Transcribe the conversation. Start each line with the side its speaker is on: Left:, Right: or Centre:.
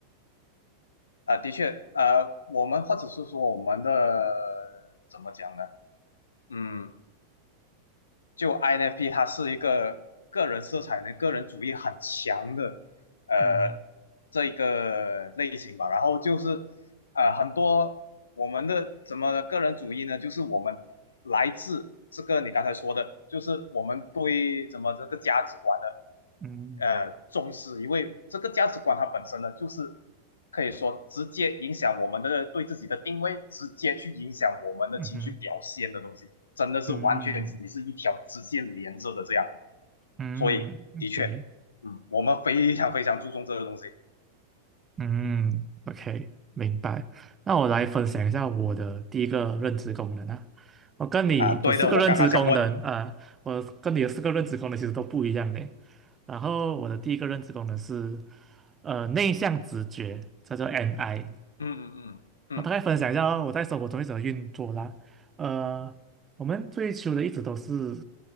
Left: 啊、呃的确，呃，我们或者是说我们的怎么讲呢？嗯，就 INFP 它是一个个人色彩呢、个人主义很强的呃
Right: 嗯
Left: 这一个类型吧。然后就是呃很多我们的怎么的个人主义呢，就是我们来自这个你刚才说的，就是我们对怎么这个价值观的
Right: 嗯
Left: 呃重视，因为这个价值观它本身呢就是。可以说直接影响我们的对自己的定位，直接去影响我们的情绪表现的东西。
Right: 嗯哼
Left: 真的是完全你是一条直线连着的这样，
Right: 嗯嗯，OK，
Left: 所以的确，嗯，我们非常非常注重这个东西
Right: 嗯，OK，明白。那我来分享一下我的第一个认知功能啊。我跟你的四个认知功能啊，
Left: 啊。对的，我刚刚想问，
Right: 我跟你的四个认知功能其实都不一样的。然后我的第一个认知功能是，呃，内向直觉，叫做 NI。
Left: 嗯嗯嗯嗯
Right: 我大概分享一下哦我在生活中一直的运作啦。呃，我们追求的一直都是